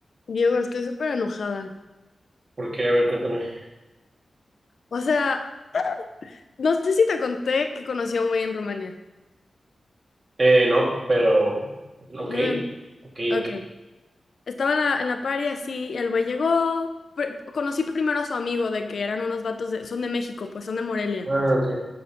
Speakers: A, on the left; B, on the right.
A: Diego, estoy súper enojada.
B: Porque, a ver, cuéntame.
A: O sea, no sé si te conté que conocí a un güey en Rumania.
B: Eh, no, pero, ok,
A: No te-
B: ok, ok.
A: Ok. Estaba en la, en la party así, el güey llegó. pr- conocí primero a su amigo de que eran unos vatos de, son de México, pues son de Morelia.
B: Ah, ok,